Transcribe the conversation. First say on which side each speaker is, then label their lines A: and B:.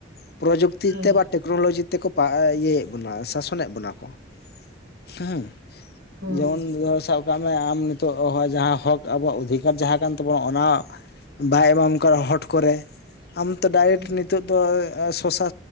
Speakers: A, on the left; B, on the right.
A: ᱯᱨᱚᱡᱩᱠᱛᱤ
B: ᱦᱩᱸ
A: ᱛᱮ ᱵᱟ ᱴᱮᱠᱱᱳᱞᱚᱡᱤ ᱛᱮᱠᱚ ᱤᱭᱟᱹᱭᱮᱫ ᱵᱚᱱᱟ ᱥᱟᱥᱚᱱᱮᱫ ᱵᱚᱱᱟ ᱠᱚ ᱦᱮᱸ ᱾
B: ᱦᱩᱸ
A: ᱡᱮᱢᱚᱱ ᱫᱷᱚᱨ ᱥᱟ ᱠᱟᱜ ᱢᱮ ᱟᱢ ᱱᱤᱛᱚᱜ ᱦᱚᱸᱜᱼᱚᱭ ᱡᱟᱦᱟᱸ ᱦᱚᱠ ᱟᱵᱚᱣᱟᱜ ᱚᱫᱷᱤᱠᱟᱨ ᱡᱟᱦᱟᱸ ᱠᱟᱱ ᱛᱟᱵᱚᱱᱟ ᱚᱱᱟ ᱵᱟᱭ ᱮᱢᱟᱢ ᱠᱟᱱᱟ ᱦᱚᱴ ᱠᱚᱨᱮ ᱟᱢ ᱛᱚ ᱰᱟᱭᱨᱮᱠᱴ
B: ᱦᱩᱸ
A: ᱱᱤᱛᱚᱜ ᱫᱚ ᱥᱚᱥᱟ